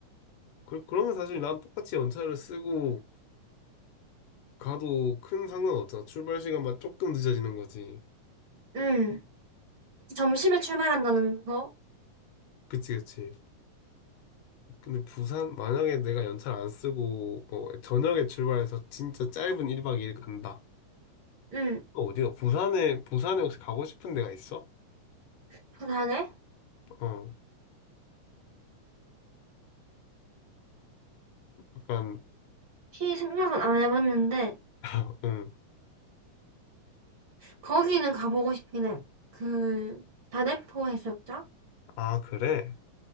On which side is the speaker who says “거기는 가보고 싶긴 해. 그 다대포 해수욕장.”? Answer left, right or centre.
Right